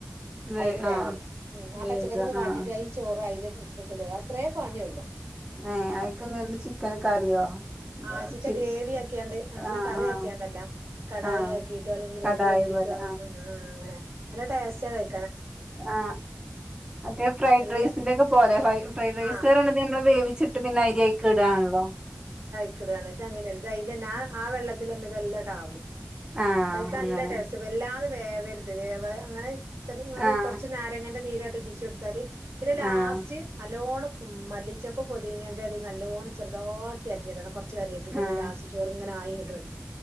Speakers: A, on the right; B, on the right.
A: വേ
B: അയില് വേവണ
A: ആഹ്
B: ഉം ആ
A: വേഗം
B: പച്ചക്കറി ഒന്ന് വാട്ടിട്ട്
A: ആഹ്
B: ഈ ചോറ് അയിൽ ഇട്ടിട്ട് അത്രയേ പണിയൊള്ളൂ
A: ഏ അയിക്ക് ചിക്കൻ കറിയോ
B: ആച്ചിക്ക
A: ചി
B: <unintelligible> ഗ്രേവി ആക്കിയാണ്ട് അങ്ങനെ
A: ആഹ്
B: കറിയാക്യാണ്ടല്ല
A: ആഹ്
B: കടായി
A: ആഹ്
B: ആക്കിയിട്ടോ അല്ലെങ്കിൽ ഗ്രേവി
A: കടായി
B: ആക്കിട്ടോ
A: പോലെ
B: ങ്ങനെ നല്ല ടേസ്റ്റ് ണ്
A: ആ റ്റേ ഫ്രൈഡ്
B: നല്ല
A: റൈസിന്റെ ഒക്കെ പോലെ ഫ്രൈഡ് റൈസ്
B: ആ
A: നമ്മള് വേവിച്ചിട്ട് പിന്നെ അരി അയ്ക്കിടാണല്ലോ
B: ക്ക്ടാണ് ഇത്ങ്ങനെയല്ല ഇതയിലെന്നെ ആ ആ വെള്ളത്തിലെന്നെ ഇതെല്ല ട്ടാവും
A: ആഹ്
B: കഴിക്കാ
A: അങ്ങനെ
B: ല്ല ടേസ്റ്റ് വല്ലാതെ വേവരുത് വേവ അങ്ങനെ
A: ആഹ്
B: കുറച്ച് നാരങ്ങന്റെ നീര് <unintelligible> പിന്നെ ലാസ്
A: ആഹ്
B: നല്ലോണ്ണം മല്ലിച്ചപ്പും പൊതീനന്റെലേം നല്ലോണ്ണം ചെറുതാക്കി അരിഞ്ഞിടണം കുറച് ര്യപ്പിന്റെലിം
A: ആഹ്
B: ലാസ്റ്റൊടംങ്ങനെ ആ അയിട്ട് വന്ന്ട്ട്